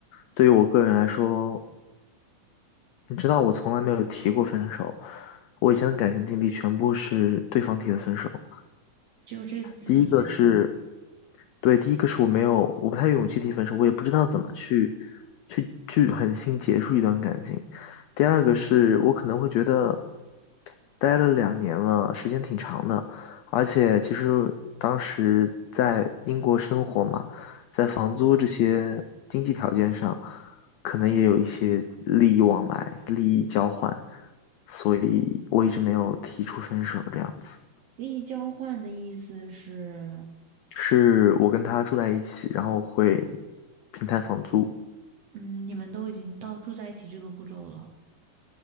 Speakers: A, on the left; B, on the right.
A: 对于我个人来说，你知道，我从来没有提过分手，我以前的感情经历全部是对方提的分手。
B: 就这次是你决定。
A: 第一个是，对，第一个是我没有，我不太有勇气提分手，我也不知道怎么去，去去狠心结束一段感情。第二个是我可能会觉得，待了两年了，时间挺长的，而且其实当时在英国生活嘛，在房租这些经济条件上，可能也有一些利益往来、利益交换，所以我一直没有提出分手这样子。
B: 利益交换的意思是，
A: 是我跟他住在一起，然后会平摊房租。
B: 嗯，你们都已经到住在一起这个步骤了，